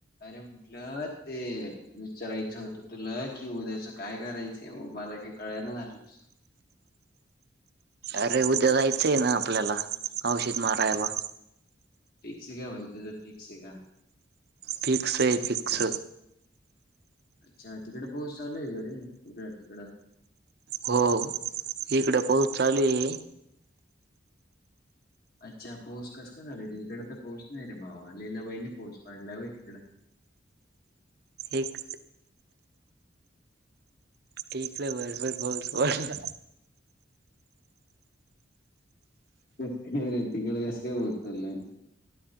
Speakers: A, on the left (about 55°); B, on the right (about 60°).
A: अरे म्हट ु ल ते विचारायचं होतं तुला की उद्याचं काय करायचं मग मला काही कळाय ना र
B: अरे उद्या जायचं आहे ना आपल्याला औषध मारायला
A: फिक्स का वैत फिक्स आहे का
B: फिक्स आहे फिक्स
A: अच्छा तिकडे पाऊस चालू आहे का रे इकड तिकडं
B: हो इकड पाऊस चालू ए
A: अच्छा पाऊस कस का झालाय इकड तर पाऊस नाही रे भावा लैलाबाईने पाऊस पडलाय होय तिकडं
B: एक ठीकलं भरभर पाऊस पडला
A: तेच हे रे तिकड कस काय <unintelligible>